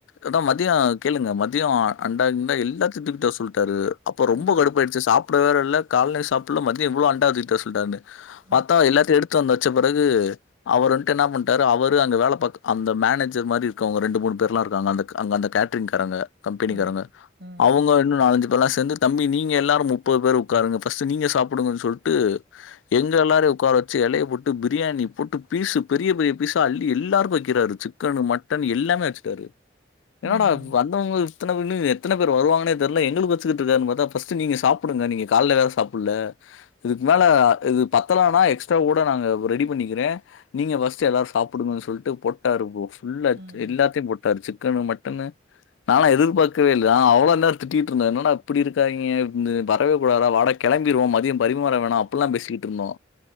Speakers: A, on the left; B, on the right.
A: அதான் மதியம் கேளுங்க மதியோம் அண்டா குண்டா எல்லாத்தையும் தூக்கிட்டு வர சொல்ட்டாரு அப்ப ரொம்ப
B: ம்
A: கடுப் போயிடுச்சி சாப்பிட வேற இல்ல கால்லயும் சாப்பல்ல மதியம் இவ்ளோ அண்டா தூக்கி வர சொல்ட்டாருன்னு
B: ம்
A: பாத்தா எல்லாத்தையும் எடுத்து வச்ச பிறகு அவர் வந்ட்டு என்ன பண்டாறு அவரு அங்க வேலை பாக் அந்த மேனேஜர் மாரி இருக்கவங்க ரெண்டு மூணு பேர்லா இருக்காங்க அந்த க் அங்க அந்த கே கேட்ரிங்காரங்க கம்பெணிக்காரங்க
B: ம் ம்
A: அவுங்க இன்னு நாலஞ்சு பேர்லா சேர்ந்து தம்பி நீங்க எல்லாரு முப் முப்பது பேர் உக்காருங்க ப்ஸ்டு நீங்க சாப்புடுங்கன் சொல்ட்டு எங்க எல்லாரயு உக்கார எலைய போட்டு பிரியாணி போட்டு பீஸ்ஸு பெரிய பெரிய பீஸ்ஸா அள்ளி எல்லாருக்கு வைக் வக்கிறாரு சிக்கனு மட்டனு எல்லாமே வெச்சுட்டாரு என்னடா
B: ம்
A: வந் மத்தவங்க எத்தன பேருனு எத்தன பேர் வருவாங்கன்னே தெரியல எங்களுக்கு வெச்சுகிட்ருக்கார்ன்னு பாத்தா ப் ஃபர்ஸ்ட் நீங்க சாப்டுங்க நீங்க காலேல வேற சாப்புட்ல இதுக்கு மேல இது பத்தலனா எக்ஸ கூட நாங்க ரெடி பண்ணிக்கிறே நீங்க ஃபஸ்ட் ச்சு எல்லாரு சாப்புடுங்க சொல்ட்டு போட்டாரு ப்ரோ புள்ள
B: ம்
A: எல்லாத்தயு போட்டாரு சிக்கனு மட்டனு நாலா எதிர் பாக்கவே இல்ல அவ்வளோ நேரோ திட்டிட்டு இருந்தே என்னடா இப்படி இருக்காங்க வரவே கூடாதுடா வாடக் கிளம்பிறுவோ மதியம் பரிமாற வேணா அப்டிலா பேசிட்டு இருந்தோ